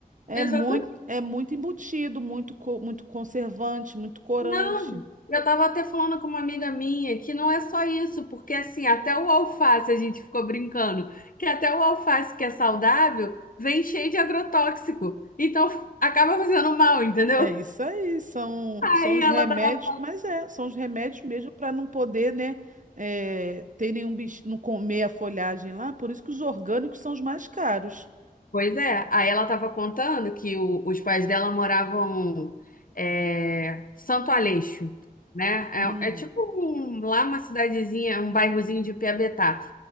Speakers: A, on the right; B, on the left.
A: É
B: Exatamente.
A: muito, é muito embutido, muito, co- muito conservante, muito corante.
B: Não. Eu tava até falando com uma amiga minha que não é só isso, porque assim, até o alface a gente ficou brincando, que até o alface que é saudável vem cheio de agrotóxico. Então acaba fazendo mal, entendeu?
A: É isso aí, são, são
B: Aí
A: os
B: ela
A: remédios,
B: tava
A: mas é, são os remédios mesmo para não poder, né, é, ter nenhum bicho, não comer a folhagem lá, por isso que os orgânicos são os mais caros.
B: Pois é, aí ela estava contando que o- os pais dela moravam é, Santo Aleixo, né?
A: Hum.
B: É, é tipo um- lá uma cidadezinha, um bairrozinho de Piabetá.